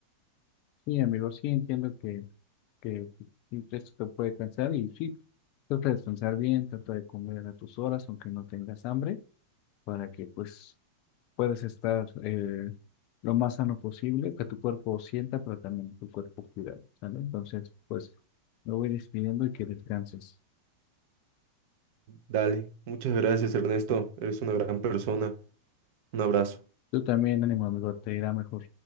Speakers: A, on the left; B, on the right.
A: Sí, amigo, sí entiendo que, que sí, esto te puede cansar y sí, trata de descansar bien, trata de comer a tus horas, aunque no tengas hambre, para que pues puedes estar eh, lo más sano posible, que tu cuerpo sienta, pero también tu cuerpo cuida, ¿sale? Entonces, pues me voy despidiendo y que descanses.
B: Dale, muchas gracias, Ernesto, eres una gran persona, un abrazo.
A: Tú también, ánimo amigo, te irá mejor.